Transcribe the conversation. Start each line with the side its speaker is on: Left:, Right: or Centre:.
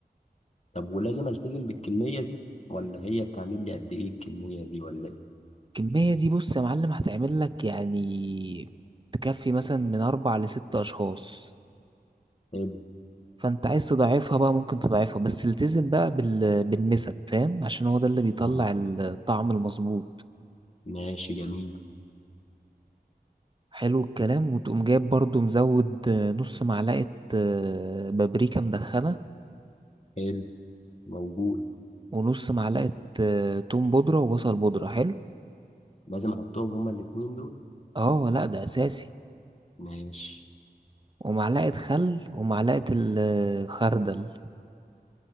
Left: طب ولازم التزم بالكمية دي ولا هي بتعمل لي قد ايه الكمية دي ولا ايه
Right: الكمية دي بص يا معلم هتعمل لك يعني تكفي مثلا من أربع لست أشخاص
Left: حلو
Right: فانت عايز تضعفها بقى ممكن تضعفها بس التزم بقى بال... بالنسب فاهم عشان هو ده اللي بيطلع
Left: اه
Right: الطعم المظبوط
Left: ماشي جميل
Right: حلو الكلام وتقوم جايب برضو مزود آه، نص معلقة آه، بابريكا مدخنة
Left: حلو موجود
Right: ونص معلقة آه، توم بودرة وبصل بودرة حلو
Left: لازم احطهم هما الاتنين دول
Right: اه لا ده اساسي
Left: ماشي
Right: ومعلقة خل ومعلقة الخردل